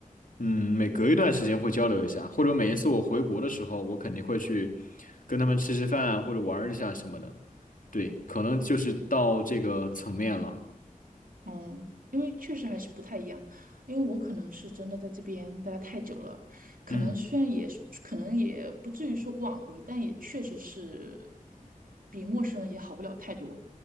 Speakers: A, on the left; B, on the right.
A: 嗯每隔一段时间会交流一下，或者每一次我回国的时候，我肯定会去跟他们吃吃饭或者玩儿一下什么的。对，可能就是到这个层面了。
B: 嗯，因为确实还是不太一样，因为我可能是真的在这边待得太久了，可能虽然也可能也不至于说挽回，
A: 嗯
B: 但也确实是比陌生人也好不了太多，